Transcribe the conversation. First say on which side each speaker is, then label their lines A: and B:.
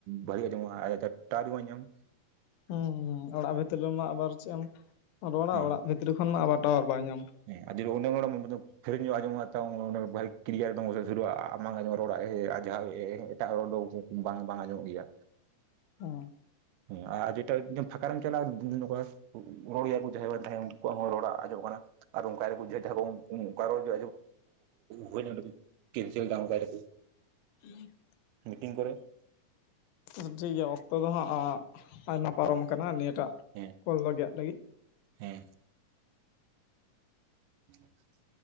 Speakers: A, on the right; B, on the left.
A: ᱵᱷᱟᱹᱜᱤ ᱟᱸᱧᱟᱢᱚᱜᱼᱟ ᱟᱪ ᱟᱪ ᱛᱮ ᱴᱟᱨ ᱵᱟᱝ ᱧᱟᱢ
B: <inaudible> ᱦᱩᱸ ᱦᱩᱸ ᱚᱲᱟᱜ ᱵᱷᱤᱛᱨᱤ ᱨᱮᱢᱟ ᱟᱵᱟᱨ ᱪᱮᱫ ᱮᱢ ᱨᱚᱲᱟ
A: ᱦᱮᱸ
B: ᱚᱲᱟᱜ ᱵᱷᱤᱛᱨᱤ ᱠᱷᱚᱱ ᱢᱟ ᱟᱵᱟᱨ ᱴᱟᱣᱟᱨ ᱵᱟᱭ ᱧᱟᱢᱟ᱾
A: ᱦᱮᱸ ᱟᱹᱰᱤ <unintelligible> ᱫᱚ ᱥᱟᱹᱨᱤᱧᱚᱜ ᱟᱸᱚᱢᱚᱜᱼᱟ ᱛ ᱵᱷᱟᱹᱜᱤ ᱠᱞᱤᱭᱟᱨ ᱫᱟᱹᱨᱼᱟ ᱟᱢᱟᱝ ᱟᱸᱡᱚᱢᱚᱜ ᱨᱚᱲᱟᱜ ᱮ ᱟᱡᱷᱟᱟᱜ ᱮ ᱮᱴᱟᱜ ᱨᱚᱰᱚ ᱵᱟᱝ ᱵᱟᱝ ᱟᱡᱚᱸᱢᱜ ᱜᱮᱭᱟ᱾
B: ᱦ,
A: ᱦᱮᱸ ᱟᱰᱤ ᱮᱴᱟᱜ ᱨᱮᱫᱚᱢ ᱯᱷᱟᱠᱟᱨᱟᱱ ᱪᱟᱞᱟᱜᱼᱟ ᱨᱚᱲ ᱜᱮᱭᱟ ᱠᱚ ᱡᱟᱦᱟᱸᱭᱟᱜ ᱵᱟᱝ ᱛᱟᱦᱮᱸ ᱩᱱᱠᱩᱣᱟᱜ ᱦᱚᱸ ᱨᱚᱲ ᱟᱡᱚᱸᱢᱚᱜ ᱠᱟᱱᱟ᱾ ᱟᱨ ᱚᱱᱠᱟᱭ ᱫᱟᱠᱚ ᱡᱟᱸᱦᱟ ᱠᱚ ᱚᱱᱠᱟ ᱨᱚᱲ ᱜᱮ ᱦᱩᱭᱱᱟ, ᱠᱮᱱᱥᱮᱞ ᱫᱟ ᱚᱱᱠᱟᱭ ᱫᱟᱠᱚ,
B: <unintelligible>
A: ᱢᱤᱴᱤᱝ ᱠᱚᱨᱮ ᱾
B: ᱴᱷᱤᱠ ᱜᱮᱭᱟ ᱾ ᱚᱠᱛᱚ ᱫᱚ ᱦᱟᱸᱜ, ᱟᱸᱼ ᱟᱭᱢᱟ ᱯᱟᱨᱚᱢ ᱟᱠᱟᱱᱟ ᱾ ᱱᱤᱛ, ᱮᱴᱟᱜ,
A: ᱦᱮᱸ
B: ᱠᱚᱞ ᱞᱟᱜᱟᱜ ᱞᱟ. ᱜᱤᱫ ᱾
A: ᱦᱮᱸ ᱰᱮᱼᱠᱼᱩᱸᱼᱪ, ᱾ <unintelligible>